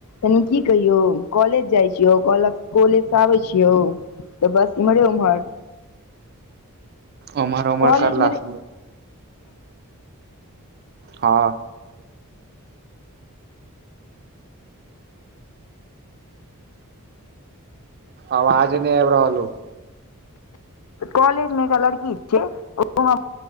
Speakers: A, on the left; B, on the right.
A: तनी की कहियो कॉलेज जाय छी <unintelligible> कॉलेज से आबे छियौ त बस इमहरे उम्हर
B: उमर उमर
A: कॉलेज
B: करला
A: मे
B: स हँ आवाज नहि आबि रहलो
A: कॉलेज मे एकटा‌ लड़की छै ओ